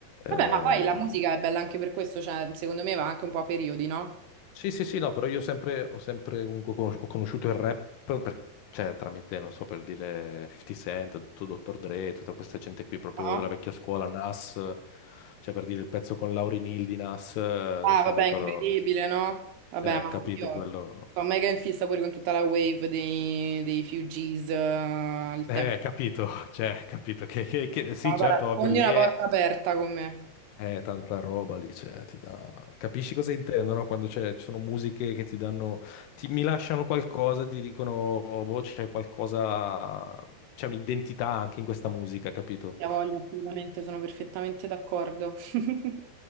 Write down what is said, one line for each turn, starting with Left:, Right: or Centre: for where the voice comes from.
Left: eh,
Right: Vabbè, ma poi la musica è bella anche per questo, cioè, secondo me va anche un po' a periodi, no?
Left: sì sì sì no, però io sempre, ho sempre comunque conos- ho conosciuto il rap per- cioè, tramite, non so, per dire 50 Cent, tutto Dr. Dre, tutta questa gente qui proprio
Right: No?
Left: della vecchia scuola, Nas, cioè per dire il pezzo con Lauryn Hill di Nas, eh, adesso
Right: Ah, vabbè,
Left: non mi ricordo,
Right: incredibile, no? Vabbè,
Left: cioè
Right: ma
Left: capito
Right: io
Left: quello...
Right: sono mega in fissa pure con tutta la wave dei, dei Fugees, eh, il
Left: Eh,
Right: tempo.
Left: capito, <laughs> cioè, capito che, che- che- sì,
Right: No,
Left: certo,
Right: guarda,
Left: ovvio,
Right: sfondi
Left: lì
Right: una
Left: è,
Right: porta aperta con me.
Left: Eh, tanta roba lì, cioè, ti dà... Capisci cosa intendono quando c'è- ci sono musiche che ti danno... ti- mi lasciano qualcosa, ti dicono, "Oh, boh, c'è qualcosa... c'è un'identità anche in questa musica, capito?
Right: Ti voglio, assolutamente, sono perfettamente d'accordo. <laughs>